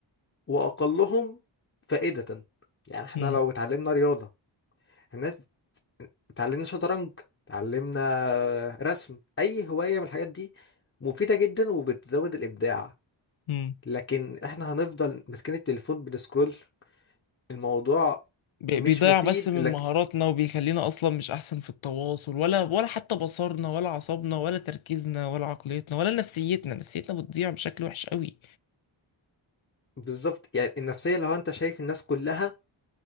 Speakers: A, on the left; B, on the left.
A: واقلهم فائدة يعني احنا
B: مم.
A: لو اتعلمنا رياضة الناس اتعلمنا شطرنج اتعلمنا رسم اي هواية من الحاجات دي مفيدة جدا وبتزود الابداع
B: مم.
A: لكن احنا هنفضل ماسكين التليفون بنسكرول الموضوع
B: بي-
A: مش
B: بيضيع
A: مفيد
B: بس من
A: لك
B: مهاراتنا وبيخلينا اصلا مش احسن في التواصل ولا ولا حتى بصرنا ولا عصبنا ولا تركيزنا ولا عقليتنا ولا نفسيتنا نفسيتنا بتضيع بشكل وحش قوي
A: بالظبط يعني النفسية لو انت شايف الناس كلها